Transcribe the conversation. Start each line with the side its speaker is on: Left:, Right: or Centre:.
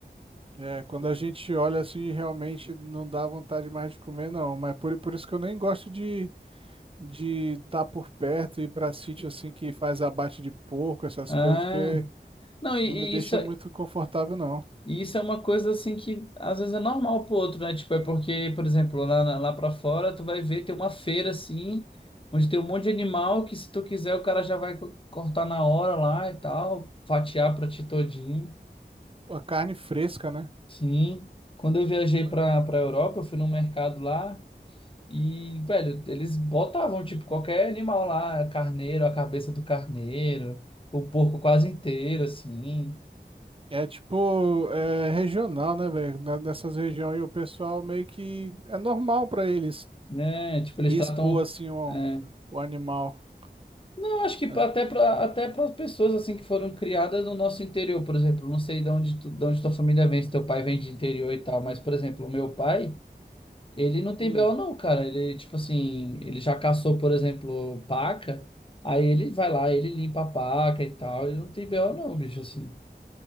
Right: É, quando a gente olha assim, realmente não dá vontade mais de comer, não. Mas por, por isso que eu nem gosto de de estar por perto e ir para sítio assim que faz abate de porco, essas
Left: Ah,
Right: coisas, porque
Left: não, e,
Right: Não me deixa
Left: e isso, é-
Right: muito confortável, não.
Left: e isso é uma coisa, assim, que às vezes é normal pro outro, né? Tipo, é porque, por exemplo, lá, na- lá pra fora, tu vai ver, tem uma feira, assim, onde tem um monte de animal que, se tu quiser, o cara já vai co- cortar na hora lá e tal, fatiar pra ti todinho.
Right: Pô, a carne fresca, né?
Left: Sim. Quando eu viajei
Right: Pô,
Left: pra,
Right: É
Left: pra Europa, eu fui num mercado lá, E, velho, eles botavam, tipo, qualquer animal lá, carneiro, a cabeça do carneiro, o porco quase inteiro, assim,
Right: É tipo, é regional, né, velho? Na- Nessas regiões aí o pessoal meio que é normal pra eles
Left: né? Tipo, eles
Right: e
Left: tratam.
Right: expor assim o,
Left: é,
Right: o animal.
Left: Eu acho que pra-
Right: Mas,
Left: até para até para as pessoas, assim, que foram criadas no nosso interior, por exemplo, não sei de onde, tu, de onde tua família vem, se teu pai vem de interior e tal, mas, por exemplo, o meu pai, ele não tem
Right: hum,
Left: BO, não, cara. Ele, tipo assim, ele já caçou, por exemplo, paca, aí ele vai lá, ele limpa a paca e tal, ele não tem BO, não, bicho, assim,